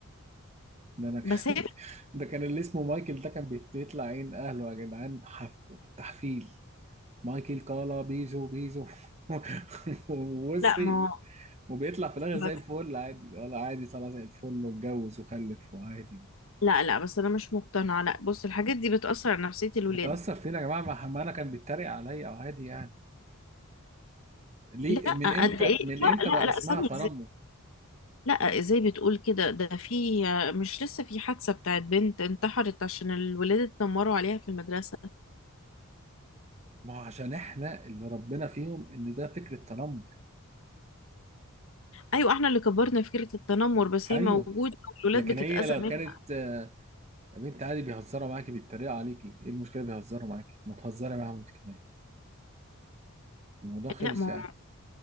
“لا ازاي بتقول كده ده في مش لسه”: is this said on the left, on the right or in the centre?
Left